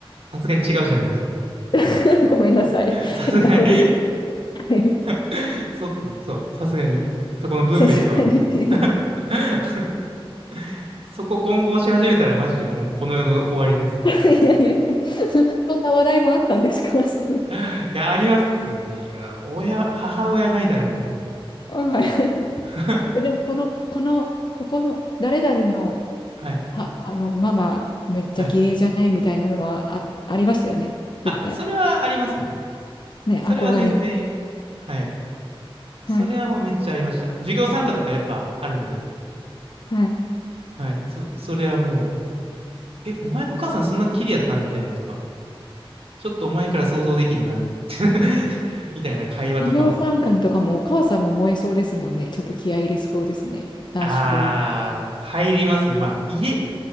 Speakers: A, on the right (about 75°); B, on the left (about 50°).
A: さすがに違うじゃないですか。
B: <laughs> ごめんなさい。
A: さすがに
B: 変なこと言って。はい
A: <laughs> そっとね、そう、さすがに。そこの分別は
B: さすがにね。
A: <laughs> そこ混合し始めたらマジでもうこの世の終わりです。
B: <laughs> いやいや、そ、そんな話題もあったんですかその
A: いや、ありますね。親、母親ないだろ、みたいな。
B: あ、はい。<laughs>
A: <laughs>
B: えでも、この、この、ここの、誰々の
A: はい。
B: は、あの、ママ、めっちゃ綺麗じゃないみたいなのはあ、
A: はい。
B: ありましたよね。絶対。
A: あ、それはありますね。
B: ね、
A: それは全然。
B: 憧れの。
A: はい。
B: はい。
A: それはもうめっちゃありました。授業参加とかやっぱあるんで。
B: はい。
A: はい。そ、それはもう、え、お前のお母さんそんなキリやったんみたいなとか。ちょっとお前から想像できんな、み <laughs> みたいな会話とかも。
B: 企業参観とかもお母さんも燃えそうですもんね。ちょっと気合い入れそうですね。男子校の。
A: あー、入りますね。まあ、入れ、